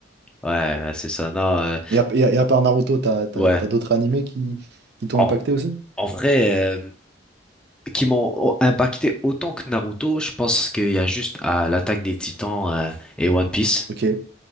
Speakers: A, in the centre; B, on the right.
A: Ouais, ouais, c'est ça, non, euh,
B: Et à, et à- et à part Naruto, t'as, t'as,
A: ouais.
B: t'as d'autres animés qui, qui t'ont
A: En,
B: impacté aussi?
A: en vrai. euh, qui m'ont impacté autant que Naruto, je pense qu'il y a juste à l'attaque des Titans euh, et One Piece
B: Ok,